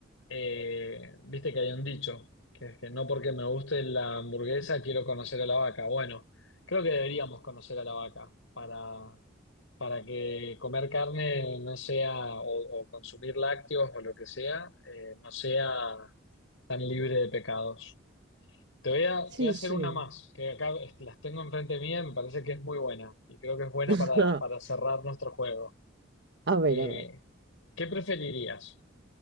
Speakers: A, on the left; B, on the right.
A: eh, viste que hay un dicho, que es que no porque me guste la hamburguesa quiero conocer a la vaca. Bueno, creo que deberíamos conocer a la vaca para, para que comer carne no sea, o, o consumir lácteos o lo que sea, eh, no sea tan libre de pecados. Te voy a,
B: Sí,
A: te voy a hacer
B: sí.
A: una más, que acá est- las tengo enfrente mía, me parece que es muy buena y creo que es buena
B: <laughs>
A: para, para cerrar nuestro juego.
B: A ver,
A: Eh,
B: a ver.
A: ¿qué preferirías?